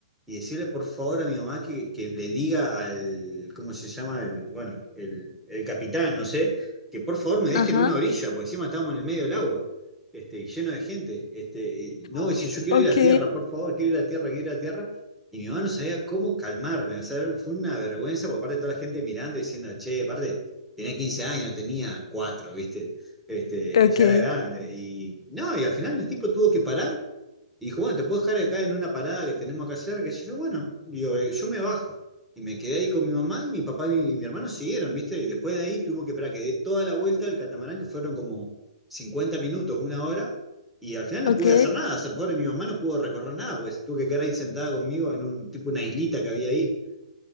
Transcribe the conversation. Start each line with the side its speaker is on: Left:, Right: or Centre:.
Centre: y decirle por favor a mi mamá que, que le diga al, ¿cómo se llama? El, bueno, el, el capitán, no sé, que por favor me dejen
Left: ajá.
Centre: en una orilla, porque encima estábamos en el medio del agua, este, y lleno de gente. Este, y, no,
Left: <laughs>
Centre: dice, yo quiero
Left: Ok,
Centre: ir a tierra, por favor, quiero ir a tierra, quiero ir a tierra. Y mi mamá no sabía cómo calmarme, o sea, fue una vergüenza por parte de toda la gente mirando y diciendo, che, aparte, tenía 15 años, no tenía cuatro ¿viste? Este,
Left: Ok.
Centre: ya era grande. Y no, y al final el tipo tuvo que parar y dijo, bueno, te puedo dejar acá en una parada que tenemos acá cerca. que yo, bueno, digo, eh, yo me bajo. Y me quedé ahí con mi mamá y mi papá y mi mi hermano siguieron, ¿viste? Y después de ahí tuvo que esperar que dé toda la vuelta al catamarán, que fueron como 50 minutos, una hora. Y al final no
Left: Ok,
Centre: pude hacer nada. O sea, pobre mi mamá no pudo recorrer nada, pues tuvo que quedar ahí sentada conmigo en un tipo una islita que había ahí.